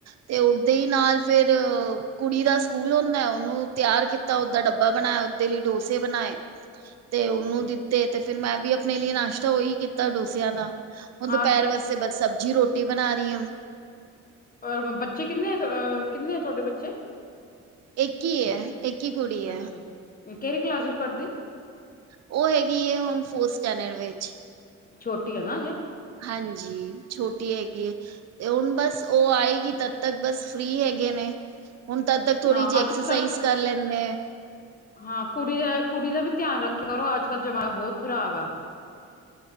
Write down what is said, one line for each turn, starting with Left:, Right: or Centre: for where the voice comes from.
Right: ਤੇ ਉੱਠਦੇ ਹੀ ਨਾਲ ਫੇਰ ਕੁੜੀ ਦਾ ਸਕੂਲ ਹੁੰਦੈ ਉਹਨੂੰ ਤਿਆਰ ਕੀ ਤਾਂ ਓਦਾ ਡੱਬਾ ਬਣਾਇਆ। ਓਦੇ ਲਈ ਡੋਸੇ ਬਣਾਏ। ਤੇ ਉਹਨੂੰ
Left: ਅੱਛਾ
Right: ਦਿੱਤੇ ਤੇ ਫਿਰ ਮੈਂ ਵੀ ਅਪਣੇ ਲਈ ਨਾਸ਼ਤਾ ਉਹੀ ਕੀਤਾ ਡੋਸਿਆਂ ਦਾ। ਹੁਣ
Left: ਹਾਂ
Right: ਦੁਪਹਿਰ ਵਸਤੇ ਬਸ ਸਬਜੀ ਰੋਟੀ ਬਣਾ ਰਹੀ ਆਂ।
Left: ਔਰ ਬੱਚੇ ਕਿੰਨੇ ਅ ਕਿੰਨੇ ਹੈ ਤੁਹਾਡੇ ਬੱਚੇ?
Right: ਇੱਕ ਈ ਐ। ਇੱਕ ਈ ਕੁੜੀ ਹੈ
Left: ਅੱਛਾ। ਕਿਹੜੀ ਕਲਾਸ ਵਿੱਚ ਪੜ੍ਹਦੀ?
Right: ਉਹ ਹੈਗੀ ਏ ਹੁਣ ਫੋਰ ਸਟੈਂਨਰ ਵਿੱਚ।
Left: ਛੋਟੀ ਐ ਨਾਂ ਅਜੇ।
Right: ਹਾਂਜੀ ਛੋਟੀ ਹੈਗੀ ਏ, ਤੇ ਹੁਣ ਬਸ ਉਹ ਆਏਗੀ ਤਾ ਤ ਬਸ ਫ੍ਰਰੀ ਹੈਗੇ ਨੇ, ਹੁਣ ਤਦ ਤੱਕ ਥੋੜੀ
Left: ਹਾਂ
Right: ਜੀ ਐਕਸਰਸਾਈਜ਼
Left: ਅੱਜ ਕੱਲ
Right: ਕਰ ਲੈਨੇ ਐ।
Left: ਹਾਂ ਕੁੜੀ ਐ, ਕੁੜੀ ਦਾ ਵੀ ਧਿਆਨ ਰੱਖਿਆ ਕਰੋ। ਅੱਜ- ਕੱਲ੍ਹ ਜਮਾਨਾ ਬਹੁਤ ਖਰਾਬ ਆ।